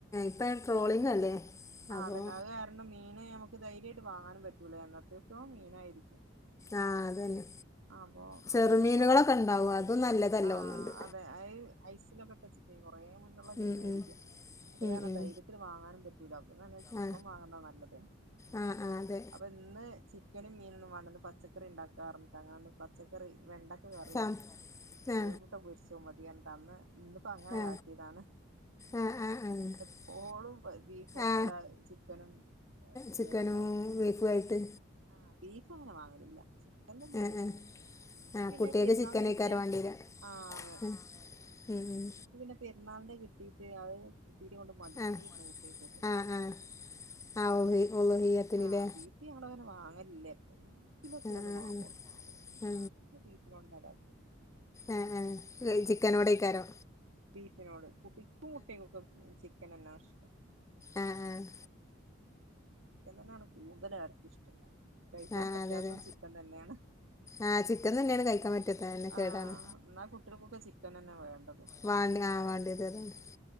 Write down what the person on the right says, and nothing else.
ആഹ്
അതഞ്ഞ അത് കാരണം മീന് ഞമുക്ക് ധൈര്യായിട്ട് വാങ്ങാനും പറ്റൂലേ. എന്നത്തേക്കും മീനായിരിക്കും
ആഹ് അപ്പൊ
മീന് ഞങ്ങള് വാ
ആഹ്
അതെ അയി ഐസിലൊക്കെ ഇട്ട് വെച്ചിട്ടേ കൊറേ മുന്നുള്ള മീനായിരിക്കും
അത്
കാരണം
ധൈര്യത്തിൽ വാങ്ങാനും പറ്റൂല അപ്പൊ ചിക്കൻ
വാങ്ങുന്നതാ നല്ലത്
അപ്പൊ ഇന്ന് ക്കനും മീനൊന്നും വേണ്ടന്ന് പച്ചക്കറി ഇണ്ടാക്കാറ്ണ്ട് അങ്ങനെ ഒന്ന് പച്ചക്കറി വെണ്ട അറിയൂ
കോഴിമുട്ട പൊരിച്ച് ചുമതിയൻ തന്ന് ഇന്നിപ്പോ അങ്ങനെ
കാട്ടിയതാണ്
എപ്പോളും പ്പ ബീഫും
അല്ല ചിക്കനും ഏതൊക്കെയണണ്ടാവ
ആഹ് ബീഫ് അങ്ങനെ വാങ്ങലില്ല ചിക്കൻ തന്നെയാണ്
കൂടുതൽ ബീഫ്
പിന്നെ
പെരുന്നാളിന്
കിട്ടിയ
ആഹ് അതെ
<unintelligible> പിന്നെ ന്നാളന്റെ കിട്ടീട്ട് അത് യിടീ കൊണ്ട് മടിത്തീരുന്നു
കുട്ടിക്കോക്കെ
ആഹ് ബീഫ് ഞങ്ങളങ്ങനെ വാങ്ങലില്ല <unintelligible> ക്കെ
ഒന്ന് വാങ്ങൂള്ളു വീട്ടില് ആണുങ്ങൾക്ക് ബീഫിനോട് അത് ശരി
ബീഫിനോട് കുട്ടിക്കും കുട്ടികക്കൊക്കെ ചിക്കനന്നാ ഇഷ്ടം
ചിക്കൻ തന്നെയാണ് കൂടുതല് ആർക്കും ഇഷ്ടണ്ടാ കഴിക്കാൻ
പറ്റാത്തും
ചിക്കൻ തന്നെയാണ്
ആഹ് എന്നാ ഇക്ക ചൻന്ന വേണം